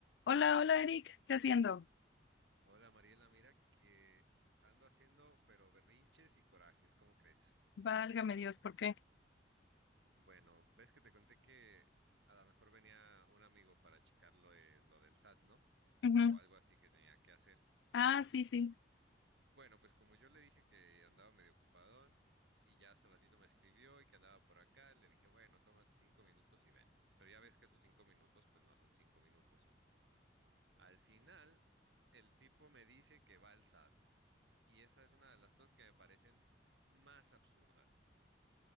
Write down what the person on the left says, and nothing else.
Hola, hola Eric, ¿qué haciendo?
Válgame Dios, ¿por qué?
Ujú.
Ah, sí, sí.